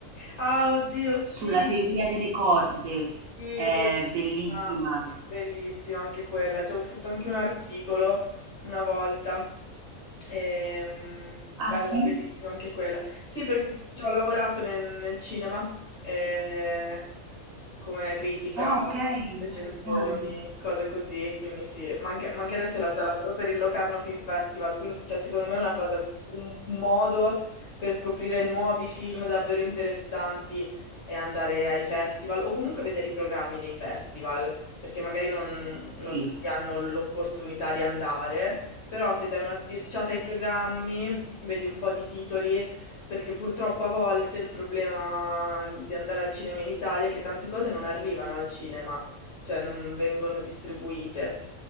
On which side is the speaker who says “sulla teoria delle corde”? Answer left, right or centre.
Right